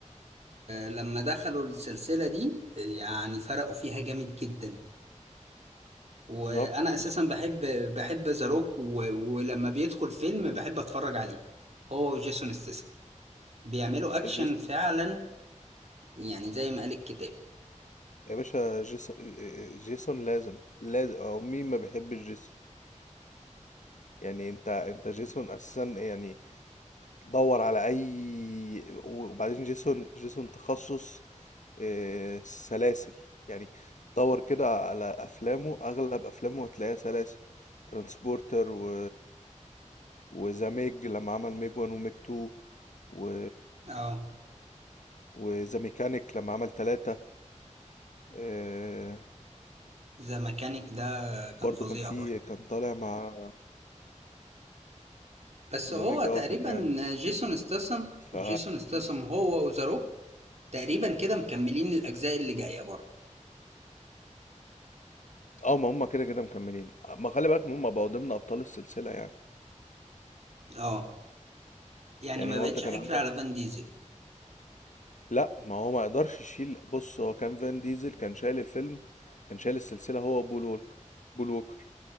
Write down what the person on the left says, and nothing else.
بالظبط
بس
جيسون
يا باشا جيسون آه، آه، جيسون لازم لازم أو مين ما بيحبش جيسون يعني أنت أنت جيسون أساسا يعني دور على أي وبعدين جيسون جيسون تخصص آه، سلاسل يعني دور كده على افلامه اغلب افلامه هتلاقيها سلاسل ترانسبورتر و وذا ميج لما عمل ميج 1 وميج 2 و
وذا ميكانيك لما عمل تلاتة آه،
برضو
كان في
كان طالع مع
ذا
ميج
اه كان حلو
ف
اه ما هم كده كده مكملين ما خلي بالك هم بقوا ضمن ابطال السلسلة يعني
يعني
هو
انت كان
عندك
لا ما هو ما قدرش يشيل بص هو كان فان ديزل كان شايل الفيلم كان شايل السلسلة هو بول ووكر بول ووكر